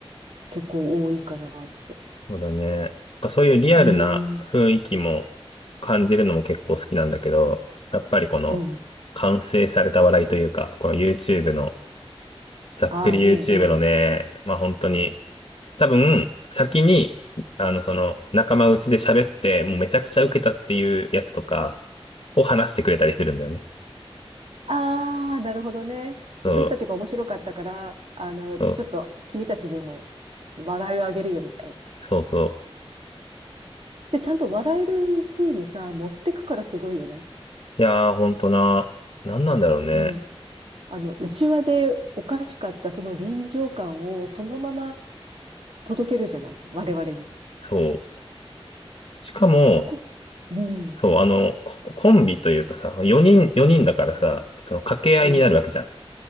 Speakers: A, on the right; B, on the left.
A: 結構多いかなって。
B: そうだね。なんかそういうリアルな雰囲気も
A: うーん、
B: 感じるのも結構好きなんだけど、やっぱりこの完成された笑いというか、
A: うん。
B: この YouTube の、ざっくり
A: あ、うんうん。
B: YouTube のね、まあ本当に、多分先に、あのその仲間内で喋って、もうめちゃくちゃ受けたっていうやつとかを話してくれたりするんだよね。
A: あー、なるほどね。
B: そう、
A: 自分たちが面白かったから、あの、
B: そう、
A: ちょっと君たちにも笑いをあげるよみたいな。
B: そうそ
A: で、ちゃんと笑える風にさ、持ってくからすごいよね。
B: う。いやー、本当な、なんなんだろうね。
A: うん。あの、内輪でおかしかったその臨場感をそのまま届けるじゃない我々に。
B: そう。しかも、
A: そこ、うん、
B: そう、あの、ココンビというかさ、4人、4人だからさ、その掛け合いになるわけじゃん。
A: うん、